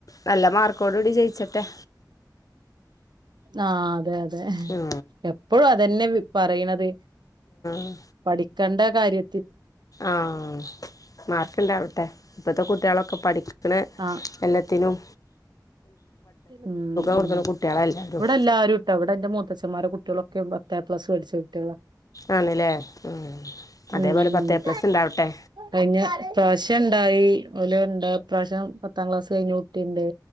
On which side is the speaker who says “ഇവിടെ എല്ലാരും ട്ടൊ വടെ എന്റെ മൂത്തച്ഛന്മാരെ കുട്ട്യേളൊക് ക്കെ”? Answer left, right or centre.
Right